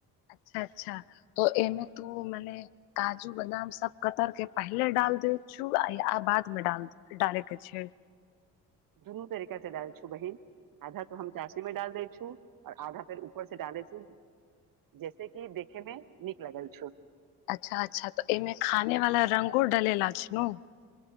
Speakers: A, on the left (about 75°); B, on the right (about 45°).
A: अच्छा अच्छा तऽ एमे तू मने काजू बदाम सब कतर के पहिले डाल दे छु आ या बाद मे डाल दे डालेके छै
B: <unintelligible> <unintelligible> <unintelligible>
A: <unintelligible>